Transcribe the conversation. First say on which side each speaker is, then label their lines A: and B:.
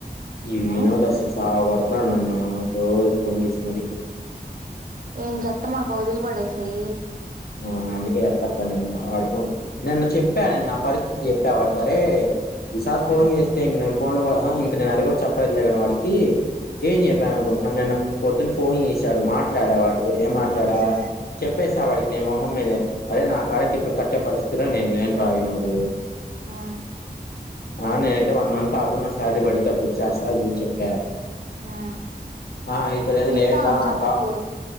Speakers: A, on the left (about 70°); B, on the right (about 60°).
A: ఈ వినోద్
B: ఆ
A: అస్సలు సావ్ కొడుతున్నా నన్ను రోజు పోన్ చేసి మరి
B: ఏంకత్త మాకు వదిలి పడేసయి
A: ఆ అందుకే ఎత్తట్లా నేను ఆడు పోన్ నిన్న చెప్ చెప్పానిన్న నా పరిస్థితి చెప్పా వాడికరే వి సార్ ఫోన్
B: ఆ
A: చేస్తే ఇంక నే ఫోన్ లో కూడా ఆహా ఇ ఇంక నేను అది కూడా చెప్పలే కానీ వాడికి ఏం చెప్పాను అనుకుంటున్నా నిన్న పొద్దున ఫోన్ చేసాడు మాట్లాడా వాడితో ఏం మాట్లాడా
B: ఆ
A: చెప్పేసా వాడి నిమోహం మీదే అరే నా కాడే ఇప్పుడు కట్టే పరిస్థితిలో నేను లేను రా వినోదు
B: ఆ
A: ఆ నేన అయితే వన్ మంత్ ఆగు న శాలరీ పడితే అప్ ఇచ్చేస్తా అని చెప్పా
B: ఆ
A: ఆ ఇతులేదు
B: ఇస్తాను
A: లేదుడాానకా
B: చప్పుకు